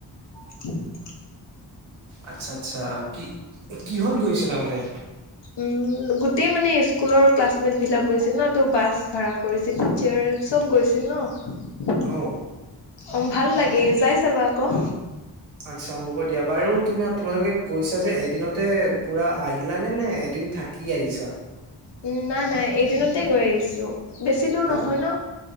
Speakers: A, on the left; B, on the right.
A: <inaudible>
B: আচ্ছা আচ্ছা কি কিহত গৈছিলা মানে?
A: উম গোটেই মানে স্কুলৰ ক্লাছমেট বিলাক গৈছিল ন ত বাছ ভাড়া কৰিছিল টিচাৰ চব গৈছিল ন
B: অ
A: অ ভাল লাগে যাই চাবা আকৌ।
B: আচ্ছা হ'ব দিয়া বাৰু তুমি তোমালোকে গৈছা যে এদিনতে পুৰা আহিলানে নে এদিন থাকি আহিছা?
A: উম নাই নাই এদিনতে গৈ আহিছো। বেছি দূৰ নহয়
B: অ
A: ন।